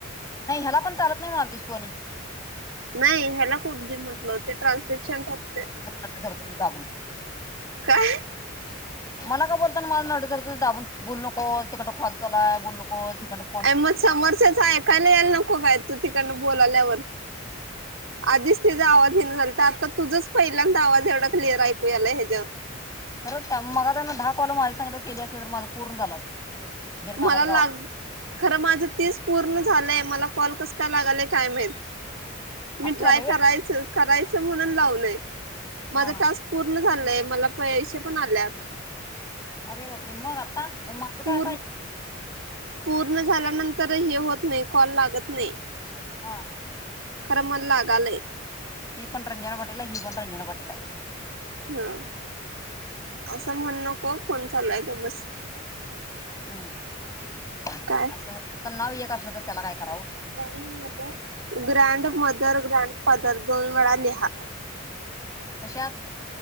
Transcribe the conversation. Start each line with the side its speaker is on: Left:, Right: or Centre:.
Left: नाही ह्याला पण चालत नाही मालतस तू.
Right: नाही ह्याला खुठदी म्हटल हो ते ट्रान्स्क्रिप्शन ते?
Left: कताबून
Right: काय
Left: ह मला का बोलता माझ नड रत दाबून बोलू नकोस तिककडं खोलचाला बोलू नकोसिककडं?
Right: आणि मग समरस्याच ऐकायला यायला नको काय तू तिकडनं बोलाल्यावर. आधीच तचा आवाज येन झाला तर आता तुझच पहिल्यांदा आवाज एवढा क्लिअर ऐकूयाला ह्याच्यावर.
Left: खरं मग त्यां दहा कॉल माझ्या सांगित गली असते तर माझं पूर्ण झालं अस बिरकामात
Right: मला लाग
Left: गाव.
Right: खरं माझं तीस पूर्ण झालंय मला कॉल कस काय लागालय काय माहित मी
Left: असं
Right: ट्राय
Left: झालंय व्हय
Right: करायच करायचं म्हणून लावलय
Left: हा
Right: माझ
Left: हा
Right: टास्क? पूर्ण झालंय मला पैसे पण आलेत.
Left: अरे भा प्रिमग आता म माल का
Right: पूर
Left: आता
Right: पूर्ण झाल्यानंतर हे होत नाही कॉल लागत नाही.
Left: हा
Right: खरं मन लागालय.
Left: ती पण रंजना पाटील ही पण रंजना पाट्टील.
Right: हा असं म्हण नको फोन चालूय का बस.
Left: हम्म
Right: काय
Left: असं तर नाव एक असलं तर त्याला काय करावं.
Right: ग्रँ म ग्रँड मदर ग्रँड फादर दोन वेळा लिहा.
Left: कशाात